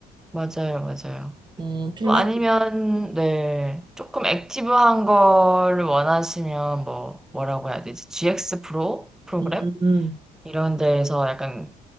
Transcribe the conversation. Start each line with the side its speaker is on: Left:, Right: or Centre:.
Centre: 맞아요, 맞아요.
Right: 어, 필라테스,
Centre: 뭐 아니면 네 조금 액티브한 걸 원하시면 뭐 뭐라고 해야 되지? GX 프로 프로그램
Right: 음, 음,
Centre: 이런 데에서 약간